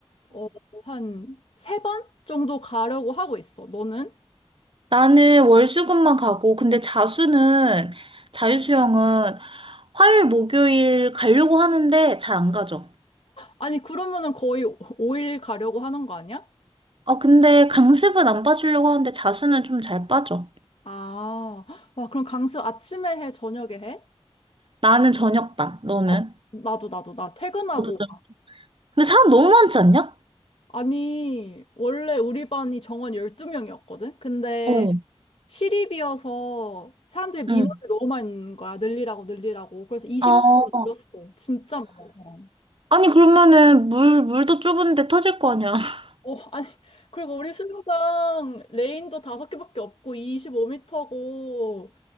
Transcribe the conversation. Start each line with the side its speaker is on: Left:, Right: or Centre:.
Left: 어, 한 세 번 정도 가려고 하고 있어. 너는?
Right: 나는 월수금만 가고, 근데 자수는, 자유수영은 화요일, 목요일 가려고 하는데 잘 안 가죠.
Left: 아니, 그러면은 거의 오일 가려고 하는 거 아니야?
Right: 어, 근데 강습은 안 빠지려고 하는데 자수는 좀 잘 빠져.
Left: 아, 와, 그럼 강습 아침에 해, 저녁에 해?
Right: 나는 저녁반, 너는?
Left: 어, 나도, 나도, 나 퇴근하고
Right: 너도 좀- 근데 사람 너무 많지 않냐?
Left: 아니, 원래 우리 반이 정원 12명이었거든? 근데
Right: 어.
Left: 시립이어서 사람들이 민원을
Right: 응.
Left: 너무 많이 넣는 거야. 늘리라고, 늘리라고. 그래서 20명으로
Right: 어.
Left: 늘었어. 진짜 많아, 사람.
Right: 아니, 그러면은 물, 물도 좁은데 터질 거 아니야. <laughs>
Left: 어, 아니, 그리고 우리 수영장 레인도 다섯 개밖에 없고 2 5터고